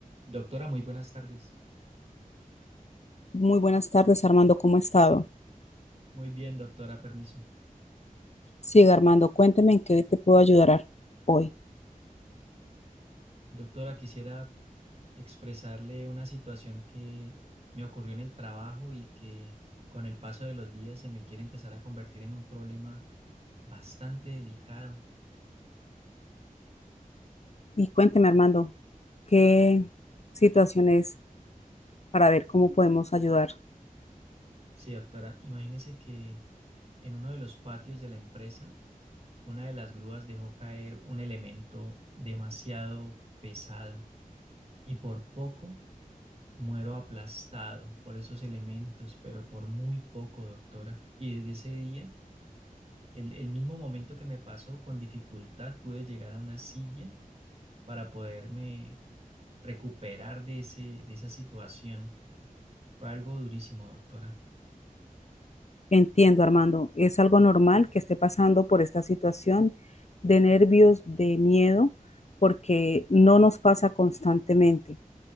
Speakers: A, on the right (about 45°); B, on the left (about 50°).
A: Doctora, muy buenas tardes.
B: Muy buenas tardes, Armando. ¿Cómo ha estado?
A: Muy bien, doctora, permiso.
B: Siga, Armando. Cuénteme en qué te puedo ayudar ar- hoy.
A: Doctora, quisiera expresarle una situación que me ocurrió en el trabajo y que con el paso de los días se me quiere empezar a convertir en un problema bastante delicado.
B: Y cuénteme, Armando, qué situación es para ver cómo podemos ayudar.
A: Sí, doctora, imagínese que en uno de los patios de la empresa, una de las grúas dejó caer un elemento demasiado pesado y por poco Muero aplastado por esos elementos, pero por muy poco, doctora. Y desde ese día, el, el mismo momento que me pasó, con dificultad pude llegar a una silla para poderme recuperar de ese, de esa situación. Fue algo durísimo, doctora.
B: Entiendo, Armando. Es algo normal que esté pasando por esta situación de nervios, de miedo, porque no nos pasa constantemente.